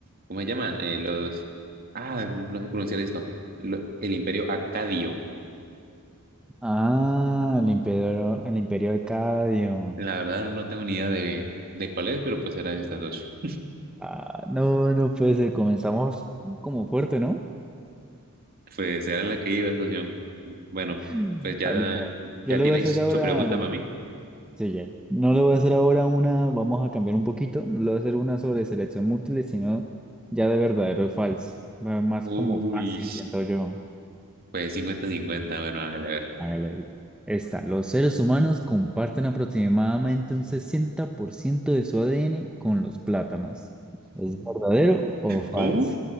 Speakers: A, on the right; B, in the centre.
A: ¿cómo se llaman? Eh, los, ah, no sé pronunciar esto. Lo- el Imperio Acadio.
B: Ah, el imperio, el imperio arcadio.
A: La verdad no tengo ni idea de, de cuál es, pero pues era de estas dos.
B: Ah, no, no puede ser. Comenzamos como fuerte, ¿no? <laughs>
A: Pues era la que iba, socio. Bueno,
B: Mm.
A: pues ya,
B: Ah, listo. Yo
A: ya
B: le
A: tienes
B: voy a hacer ahora
A: su pregunta para mí.
B: Sí, ya. No le voy a hacer ahora una, vamos a cambiar un poquito, no le voy a hacer una sobre selección múltiple, sino ya de verdadero o falso. Va Más
A: Uy.
B: como fácil, siento yo.
A: Pues cincuenta cincuenta bueno, Ángel, a ver.
B: Hágale. Esta, los seres humanos comparten aproximadamente un 60% de su ADN con los plátanos. ¿Es verdadero o falso?
A: ¿Cómo?